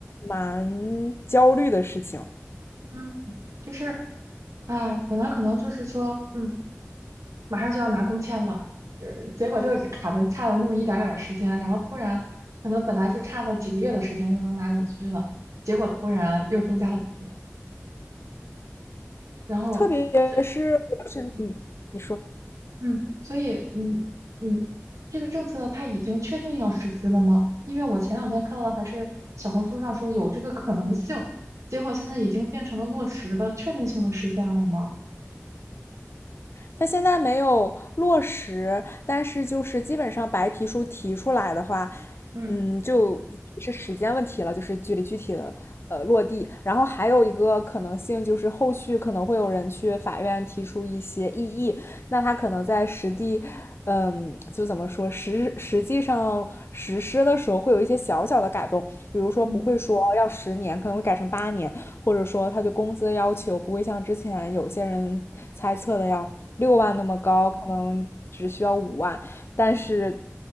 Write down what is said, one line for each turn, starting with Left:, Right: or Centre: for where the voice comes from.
Left: 蛮焦虑的事情。
Right: 嗯，就是啊，本来可能就是说，嗯，马上就要拿工签了，就是结果就卡的差了那么一点儿点儿时间，然后突然可能本来就差了几个月的时间就能拿永居了，结果突然又增加了五年，然后这，
Left: 特别是嗯，
Right: 嗯，
Left: 你说，
Right: 嗯，所以嗯，嗯，这个政策它已经确定要实施了吗？因为我前两天看到还是小红书上说有这个可能性，结果现在已经变成了落实的确定性的事件了吗？
Left: 它现在没有落实，但是就是基本上白皮书提出来的话，
Right: 嗯
Left: 嗯，就是时间问题了，就是距离具体的呃落地。然后还有一个可能性就是后续可能会有人去法院提出一些异议，那他可能在实地。嗯，就怎么说，实实际上实施的时候会有一些小小的改动，比如说不会说要十年，
Right: 嗯嗯
Left: 可能会改成八年，或者说他对工资的要求不会像之前有些人猜测的要六万那么高，可能只需要五万。但是，